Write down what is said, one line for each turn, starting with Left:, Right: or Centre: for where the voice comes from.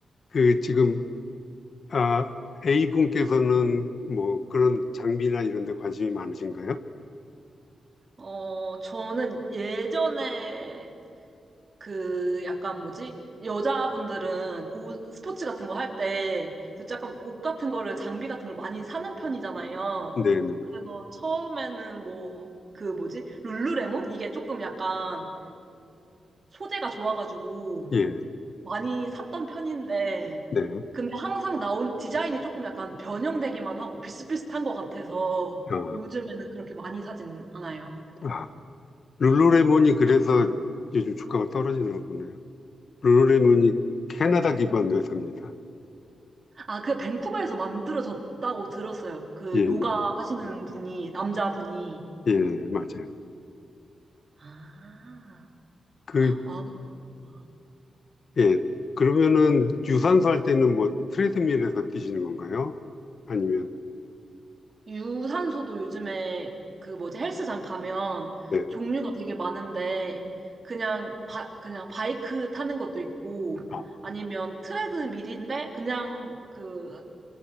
Left: 그 지금, 아, A분께서는 뭐 그런 장비나 이런 데 관심이 많으신가요?
Right: 어, 저는 예전에 그 약간 뭐지? 여자분들은 옷, 스포츠 같은 거 할 때, 그래서 약간 옷 같은 거를, 장비 같은 걸 많이 사는 편이잖아요.
Left: 네, 네.
Right: 그래서 처음에는 뭐, 그 뭐지? 룰루레몬? 이게 조금 약간 소재가 좋아가지고
Left: 예,
Right: 많이 샀던 편인데,
Left: 네.
Right: 근데 항상 나온 디자인이 조금 약간 변형되기만 하고 비슷비슷한 것 같아서
Left: 아,
Right: 요즘에는 그렇게 많이 사진 않아요.
Left: 아, 룰루레몬이 그래서 요즘 주가가 떨어지나 보네요. 룰루레몬이 캐나다 기반 회사입니다.
Right: 아, 그 밴쿠버에서 만들어졌다고 들었어요. 그
Left: 예, 예,
Right: 요가 하시는 분이, 남자분이.
Left: 예, 맞아요.
Right: 아,
Left: 그,
Right: 아, 아.
Left: 예. 그러면은 유산소 할 때는 뭐 트레드밀에서 뛰시는 건가요? 아니면,
Right: 유산소도 요즘에 그 뭐지 헬스장 가면
Left: 네.
Right: 종류가 되게 많은데 그냥 바, 그냥 바이크 타는 것도 있고
Left: 아,
Right: 아니면 트레드밀인데 그냥 그